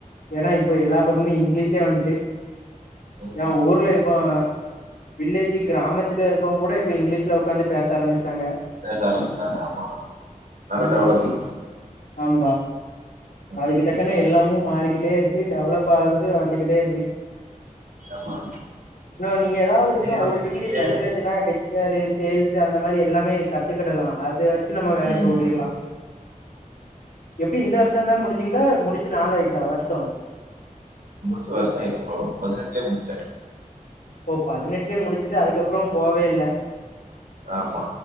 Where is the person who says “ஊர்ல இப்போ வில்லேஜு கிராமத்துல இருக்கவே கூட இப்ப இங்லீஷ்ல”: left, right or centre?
Left